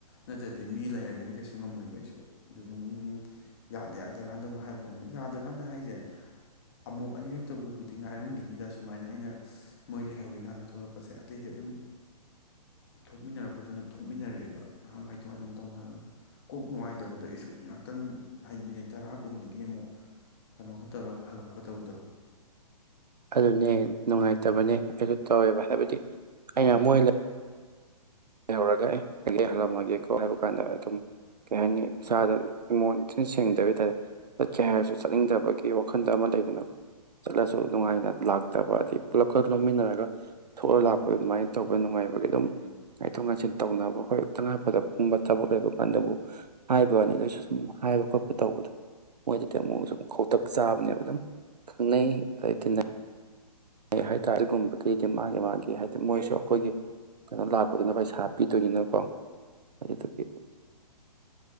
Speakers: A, on the left (about 40°); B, on the right (about 85°).
A: ꯅꯠꯇ꯭ꯔꯗꯤ ꯃꯤ ꯂꯩꯔꯒꯗꯤ ꯀꯩꯁꯨ ꯉꯝꯃꯣꯏꯕ ꯑꯩꯁꯨ ꯑꯗꯨ ꯑꯗꯨꯝ ꯌꯥꯗ ꯌꯥꯗ ꯀꯥꯟꯗꯕꯨ ꯍꯥꯏꯕ ꯋꯥꯅꯤ ꯌꯥꯗ꯭ꯔꯀꯥꯟꯗ ꯍꯥꯏꯁꯦ ꯑꯃꯨꯛ ꯑꯅꯤꯔꯛꯇꯕꯨꯗꯤ ꯉꯥꯏꯔꯝꯈꯤꯅꯤꯗ ꯁꯨꯃꯥꯏꯅ ꯑꯩꯅ ꯃꯣꯏ ꯂꯩꯍꯧꯔꯤꯀꯥꯟꯗ ꯊꯣꯛꯂꯛꯄꯁꯦ ꯑꯇꯩꯗꯤ ꯑꯗꯨꯝ ꯊꯣꯛꯃꯤꯟꯅꯔꯛꯄꯗꯨꯅ ꯊꯣꯛꯃꯤꯟꯅꯔꯛ ꯑꯦꯕ ꯉꯍꯥꯛ ꯉꯥꯏꯇꯣꯛ ꯉꯥꯏꯁꯤꯟ ꯇꯧꯅꯔꯒ ꯀꯣꯛ ꯅꯨꯡꯉꯥꯏꯇꯕꯗꯣ ꯑꯩꯁꯨ ꯉꯥꯛꯇꯪ ꯍꯥꯏꯗꯤ ꯃꯤꯅꯤꯠ ꯇꯔꯥ ꯀꯨꯟꯗꯒꯤ ꯑꯃꯨꯛ ꯀꯩꯅꯣꯒ ꯇꯧꯔꯒ ꯍꯜꯂꯛ ꯀꯗꯕꯗꯣ
B: ꯑꯗꯨꯅꯦ ꯅꯨꯡꯉꯥꯏꯇꯕꯅꯦ ꯑꯩꯁꯨ ꯇꯧꯋꯦꯕ ꯍꯥꯏꯕꯗꯤ ꯑꯩꯅ ꯃꯣꯏ ꯂꯩꯍꯧꯔꯒ ꯑꯦ ꯑꯩ ꯍꯜꯂꯝꯃꯒꯦꯀꯣ ꯍꯥꯏꯕ ꯀꯥꯟꯗ ꯑꯗꯨꯝ ꯀꯩ ꯍꯥꯏꯅꯤ ꯏꯁꯥꯗ ꯏꯃꯣꯟ ꯁꯦꯡꯗꯕ ꯍꯥꯏꯇꯥꯔꯦ ꯆꯠꯀꯦ ꯍꯥꯏꯔꯁꯨ ꯆꯠꯅꯤꯡꯗꯕꯒꯤ ꯋꯥꯈꯟꯗ ꯑꯃ ꯂꯩꯗꯅꯀꯣ ꯆꯠꯂꯁꯨ ꯅꯨꯡꯉꯥꯏꯅ ꯂꯥꯛꯇꯕ ꯑꯗꯩ ꯄꯨꯂꯞ ꯀ ꯂꯣꯃꯤꯟꯅꯔꯒ ꯊꯣꯛꯂ ꯂꯥꯛꯄ ꯑꯗꯨꯃꯥꯏꯅ ꯇꯧꯔꯒ ꯅꯨꯡꯉꯥꯏꯕꯒꯤ ꯑꯗꯨꯝ ꯊꯣꯛ ꯉꯥꯟꯁꯤꯟ ꯇꯧꯅꯕ ꯍꯣꯏ ꯇꯉꯥꯏꯐꯗꯕꯒꯨꯝꯕ ꯊꯕꯛ ꯂꯩꯕ ꯀꯥꯟꯗ ꯑꯃꯨꯛ ꯍꯥꯏꯕ ꯋꯥꯅꯤ ꯑꯗꯨ ꯑꯣꯏꯁꯨ ꯁꯨꯝ ꯍꯥꯏꯕ ꯈꯣꯠꯄ ꯇꯧꯕꯗꯣ ꯃꯣꯏꯗꯗꯤ ꯑꯃꯨꯛ ꯁꯨꯝ ꯈꯧꯇꯛ ꯆꯥꯕꯅꯦꯕ ꯑꯗꯨꯝ ꯈꯪꯅꯩ ꯑꯗꯩ ꯇꯤꯟꯅꯩ ꯍꯥꯏꯇꯥꯔꯦ ꯑꯗꯨꯒꯨꯝꯕꯒꯤꯗꯤ ꯃꯥꯒꯤ ꯃꯥꯒꯤ ꯍꯥꯏꯗꯤ ꯃꯣꯏꯁꯨ ꯑꯩꯈꯣꯏꯒꯤ ꯀꯩꯅꯣ ꯂꯥꯛꯄꯗꯨꯅ ꯄꯩꯁꯥ ꯄꯤꯗꯣꯏꯅꯤꯅꯀꯣ ꯑꯗꯨꯗꯨꯒꯤ